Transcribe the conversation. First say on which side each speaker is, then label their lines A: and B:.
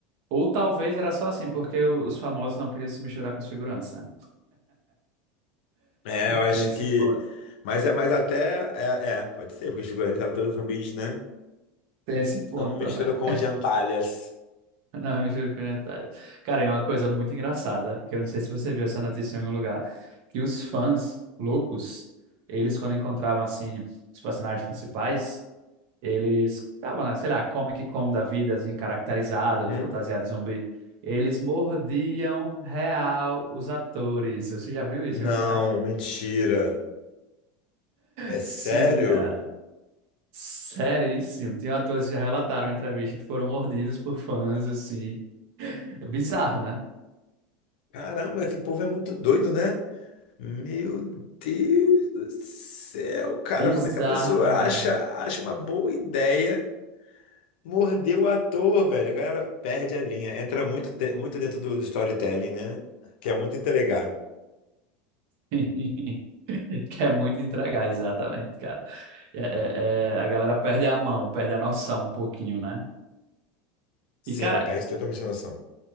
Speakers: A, on the right; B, on the left.
A: Ou talvez era só assim, porque os famosos não queriam se misturar com os figurantes, né?
B: É, eu acho
A: Tem esse
B: que.
A: ponto,
B: Mas é mas até. É, é, pode ser, porque os figurantes eram todos zumbis, né?
A: tem esse ponto
B: Não me
A: também.
B: misturo com
A: <laughs>
B: gentalhas.
A: Não, mistura comunitária. Cara, é uma coisa muito engraçada, que eu não sei se você viu essa notícia em algum lugar, que os fãs loucos, eles quando encontravam, assim, os personagens principais, eles estavam na, sei lá, Comic Con da vida, assim, caracterizado,
B: Uhum.
A: fantasiado de zumbi. Eles mordiam real os atores. Você já viu isso
B: Não,
A: em algum lugar?
B: mentira. É sério?
A: Sim, cara. Seríssimo. Tinha atores que já relataram em entrevista que foram mordidos por fãs, assim. É bizarro, né?
B: Caramba, esse povo é muito doido, né? Meu Deus do céu, cara,
A: Bizarro,
B: como é que a pessoa
A: bizarro.
B: acha, acha uma boa ideia morder o ator, velho? A galera perde a linha, entra muito, te- muito dentro do storytelling, né? Quer muito entregar.
A: <laughs> Quer muito entregar, exatamente, cara. É, é- é- a galera perde a mão, perde a noção um pouquinho, né?
B: Sim,
A: E, cara,
B: perde totalmente a noção.